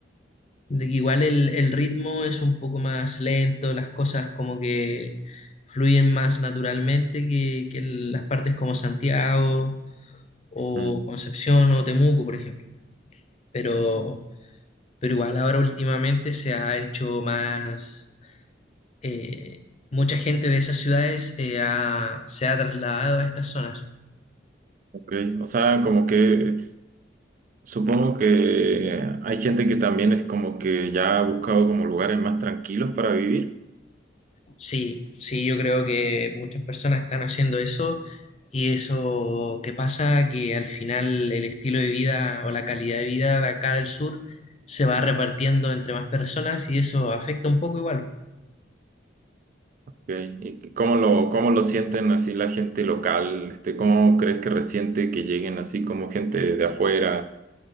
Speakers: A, on the left; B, on the right.
A: de que igual el, el ritmo es un poco más lento, las cosas como que fluyen más naturalmente que, que en las partes como Santiago o
B: Mm,
A: Concepción o Temuco, por ejemplo. Pero, pero igual ahora últimamente se ha hecho más... eh, Mucha gente de esas ciudades eh, ha- se ha trasladado a estas zonas.
B: ok. O sea, como que supongo que hay gente que también es como que ya ha buscado como lugares más tranquilos para vivir.
A: Sí, sí, yo creo que muchas personas están haciendo eso y eso que pasa que al final el estilo de vida o la calidad de vida de acá del sur se va repartiendo entre más personas y eso afecta un poco igual.
B: ok. ¿Y cómo lo, cómo lo sienten así la gente local? Este, ¿cómo crees que resiente que lleguen así como gente de afuera?